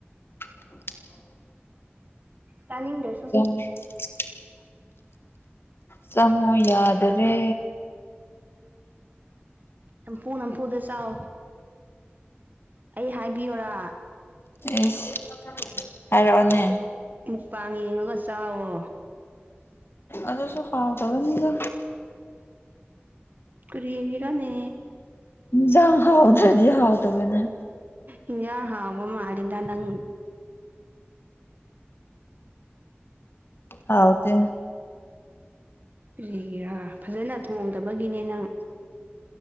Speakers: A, on the left; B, on the right.
A: <inaudible>
B: ꯇꯥꯅꯤꯡꯗ꯭ꯔ
A: <unintelligible> ꯆꯪꯉꯣ ꯌꯥꯗꯔꯦ
B: ꯅꯝꯐꯨ ꯅꯝꯐꯨꯗ ꯆꯥꯎ ꯑꯩ ꯍꯥꯏꯕꯤꯌꯣꯔꯥ
A: ꯏꯁ ꯍꯥꯏꯔꯛꯑꯣꯅꯦ
B: ꯃꯨꯛꯄꯥꯡ ꯌꯦꯡꯉꯒ ꯆꯥꯋꯣ
A: ꯑꯗꯨꯁꯨ ꯍꯎꯇꯕꯅꯤꯗ
B: ꯀꯔꯤꯒꯤꯔꯅꯦ
A: ꯏꯟꯖꯡ ꯍꯥꯎꯇ꯭ꯔꯗꯤ ꯍꯥꯎꯇꯕꯅꯦ
B: ꯍꯤꯖꯥꯡ ꯍꯥꯎꯕ ꯃꯥꯜꯂꯤꯗ ꯅꯪ
A: ꯍꯥꯎꯇꯦ
B: ꯀ꯭ꯔꯤꯒꯤꯔꯥ ꯐꯖꯅ ꯊꯣꯡꯗꯕꯒꯤꯅꯦ ꯅꯪ